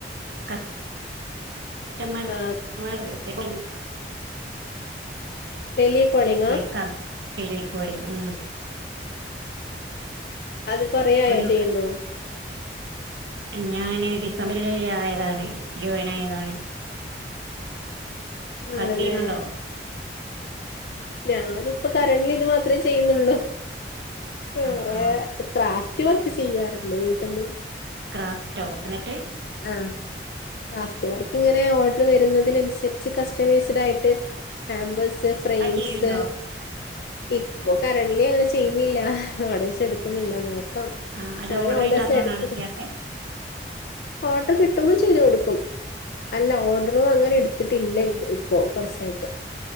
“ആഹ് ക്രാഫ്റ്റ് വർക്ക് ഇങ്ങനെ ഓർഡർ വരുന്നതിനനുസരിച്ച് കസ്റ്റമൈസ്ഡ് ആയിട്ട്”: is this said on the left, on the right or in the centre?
Left